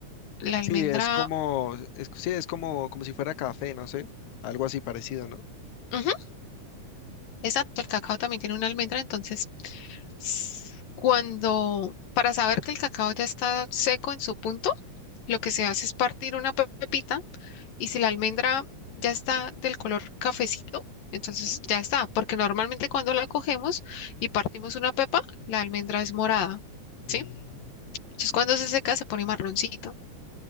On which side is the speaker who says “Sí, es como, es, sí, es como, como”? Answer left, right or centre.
Left